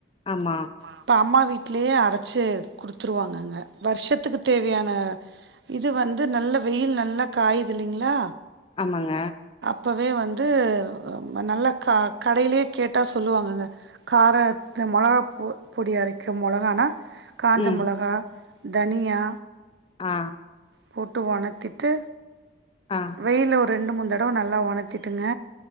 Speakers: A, on the left; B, on the right.
A: ஆமா
B: இப்ப அம்மா வீட் ட்லே அரச்சு குடுத்துருவாங்கங்க வர்ஷத்துக்கு தேவையான இது வந்து நல்லா வெயில் நல்லா காய்து இல்லிங்ளா
A: ஆமாங்க
B: ப்பவே வந் து ம நல்லா க கடைலியே கேட்டா சொல்லுவாங்கங்க கார த மொளகா ப்பொ பொடி அரைக்க மொளகானா காஞ்ச
A: ம்
B: மொளகா தனியா
A: ஆ
B: போட்டு ஒணத்திட்டு
A: ஆ
B: வெயில்ல ஒ ரெண்டு மூன் தடவ நல்லா ஒணத்திட்டுங்க